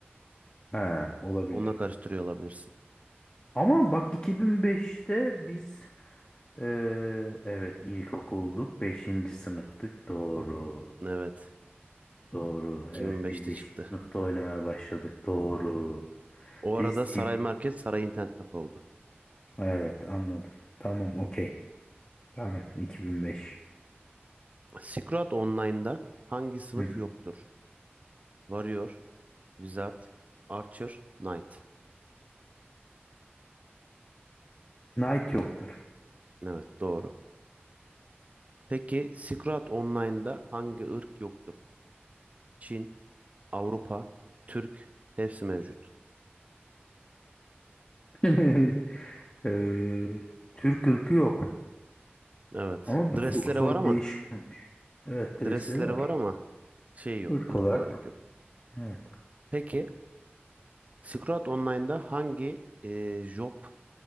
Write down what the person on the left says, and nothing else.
He olabilir.
Ama bak 2005'te biz Ee, evet ilkokulluk beşinci sınıftık doğru.
Doğru.
Evet biz beşinci
sınıfta oynamaya başladık doğru.
Biz TB
Evet anladım. Tamam okey. Tamam 2005.
Hı hı.
Knight yoktur.
<laughs> Ee, Türk ırkı yok.
Ama
bu so- soru
bir değişik olmuş. Evet dresleri
var.
Irk
olarak
yok.
Evet.